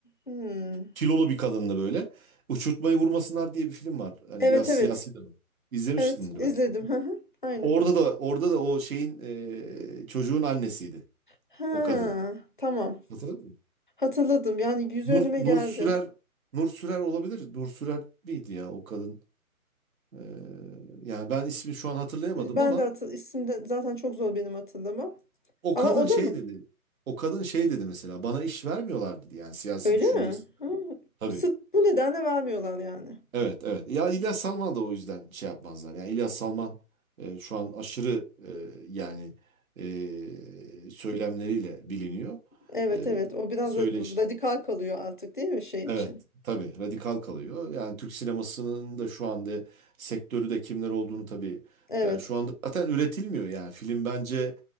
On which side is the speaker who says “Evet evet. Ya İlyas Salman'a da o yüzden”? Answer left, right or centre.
Right